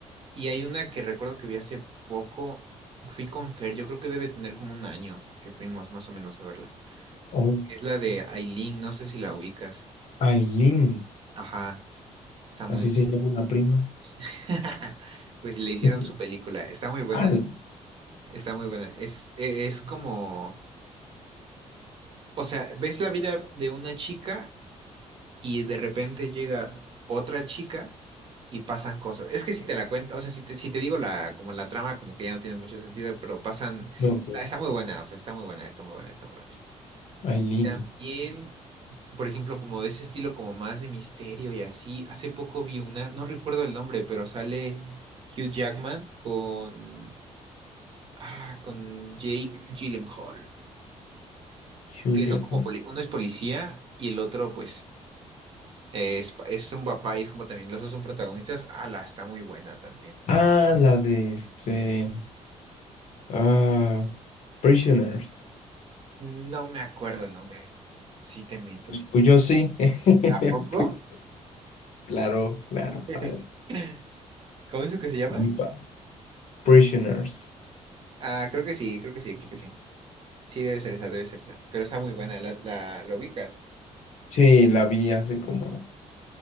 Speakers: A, on the right; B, on the left.
A: Y hay una que recuerdo que vi hace poco, fui con Fer, yo creo que debe tener como un año que fuimos más o menos a verla.
B: Oh,
A: Es la de Aileen, no sé si la ubicas.
B: Aileen,
A: Ajá, está muy
B: así
A: buena.
B: se llama una prima.
A: <laughs> Pues le hicieron
B: Sí.
A: su película, está muy buena,
B: Al,
A: está muy buena. Es, e- es como, o sea, ves la vida de una chica y de repente llega otra chica y pasan cosas. Es que si te la cuento, o sea, si te, si te digo la, como la trama, como que ya no tiene mucho sentido, pero pasan,
B: no, ok.
A: está, está muy buena, o sea, está muy buena, está muy buena, está muy buena.
B: Aileen,
A: También, por ejemplo, como de ese estilo, como más de misterio y así, hace poco vi una, no recuerdo el nombre, pero sale Hugh Jackman con, ah, con Jake Gyllenhaal,
B: Hugh
A: que
B: Jackman.
A: son como, poli- uno es policía y el otro, pues, Es, es un papá y es como también los dos son protagonistas. la está muy buena también.
B: Ah, la de este. Ah, Prisoners.
A: No me acuerdo el nombre. Sí te miento, sí
B: Pues
A: te miento.
B: yo sí. <laughs> Pri-
A: ¿A poco?
B: Claro, claro,
A: <laughs>
B: padre.
A: ¿Cómo es que se
B: Está
A: llama?
B: muy padre. Prisoners.
A: Ah, creo que sí, creo que sí, creo que sí. Sí, debe ser esa, debe ser esa. Pero está muy buena, la, la, ¿lo ubicas?
B: Sí, la vi hace como,